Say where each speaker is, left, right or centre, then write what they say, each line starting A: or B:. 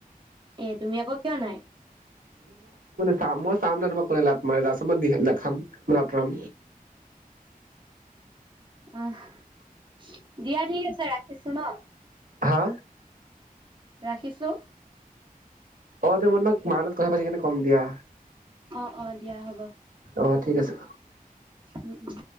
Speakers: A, on the right; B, on the right.
A: এ, তুমি আকৌ কিয় নাই?
B: চা মই চাম ন', তোমাক কোনে লাত মাৰে তাৰপাছত মই দেখাম ন, আতৰাম।
A: আহ, ' দিয়া ঠিক আছে ৰাখিছো ন, '।
B: হা
A: ৰাখিছো।
B: <unintelligible> মা লগত কথা পাতি কিনে কম দিয়া।
A: অ অ দিয়া হব,
B: অ ঠিক আছে
A: উম উম